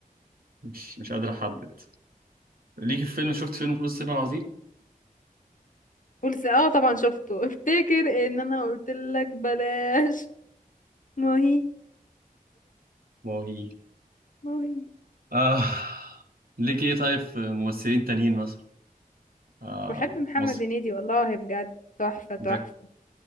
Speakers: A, on the right; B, on the left.
A: مش مش قادر احدد ليكي في فيلم شفت فيلم فلوس الصين العظيم
B: قلت اه طبعا شفته <laughs> افتكر ان انا قلت لك بلاش ما هي
A: ما هو هي
B: ما هي
A: آه ليكي ايه طيب في ممثلين تانيين مثلا آه
B: بحب محمد
A: مصر
B: هنيدي والله بجد تحفة تحفة
A: ده